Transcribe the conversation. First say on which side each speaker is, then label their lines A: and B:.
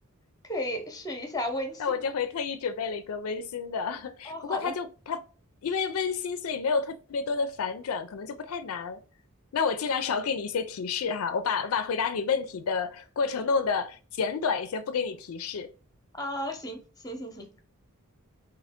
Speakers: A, on the left; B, on the left.
A: 可以试一下温馨版。
B: 那我这回特意准备了一个温馨的，<laughs>
A: 哦，
B: 不过它就它因为温馨，
A: 好的，
B: 所以没有特别多的反转，可能就不太难。那我尽量少给你一些提示哈，我把我把回答你问题的过程弄得简短一些，不给你提示。
A: 啊、行行行行，